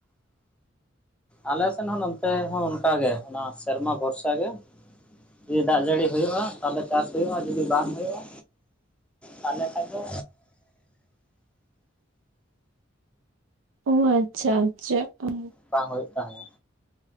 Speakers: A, in the centre; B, on the right.
A: ᱟᱞᱮ ᱥᱮᱱ ᱦᱚᱸ ᱱᱚᱱᱛᱮ ᱦᱚᱸ ᱚᱱᱠᱟ ᱜᱮ ᱚᱱᱟ ᱥᱮᱨᱢᱟ ᱵᱷᱚᱨᱥᱟ ᱜᱮ ᱾ ᱡᱩᱫᱤ ᱫᱟᱜ ᱡᱟᱹᱲᱤ ᱦᱩᱭᱩᱜᱼᱟ ᱛᱟᱦᱚᱞᱮ ᱪᱟᱥ ᱦᱩᱭᱩᱜᱼᱟ᱾ ᱟᱨ ᱡᱩᱫᱤ ᱵᱟᱝ ᱦᱩᱭᱩᱜᱼᱟ ᱛᱟᱦᱞᱮ ᱠᱷᱟᱡ ᱫᱚ
B: ᱚᱻ ᱟᱪᱪᱷᱟ ᱟᱪᱪᱷᱟ ᱚᱻ ᱾
A: ᱵᱟᱝ ᱦᱩᱭᱩᱜ ᱛᱟᱦᱮᱸᱱᱟ